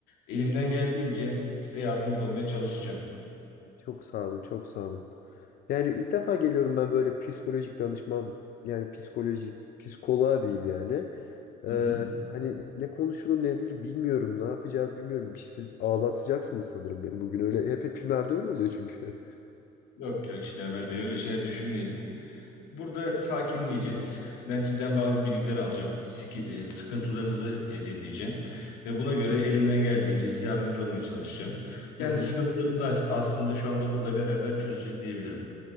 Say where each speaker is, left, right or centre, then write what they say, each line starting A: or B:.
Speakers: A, on the left; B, on the left.
A: Elimden geldiğince size yardımcı olmaya çalışacağım.
B: Çok sağ olun, çok sağ olun. Yani ilk defa geliyorum ben böyle psikolojik danışman, yani psikolojik, psikoloğa diyeyim yani. Ee,
A: Hı hı.
B: hani ne konuşulur ne edilir bilmiyorum. Ne yapacağız bilmiyorum. Bir- Siz ağlatacaksınız sanırım beni bugün. Öyle hep, hep filmlerde öyle oluyor çünkü.
A: Yok yok şimdi Ömer Bey öyle şeyler düşünmeyelim. Burada sakinleyeceğiz. Ben sizden bazı bilgiler alacağım. Siki- e, Sıkıntılarınızı e, dinleyeceğim. Ve buna göre elimden geldiğince size yardımcı olmaya çalışacağım. Yani
B: <laughs> Hı hı.
A: sıkıntılarınızı as- aslında şu anda burada beraber çözeceğiz diyebilirim.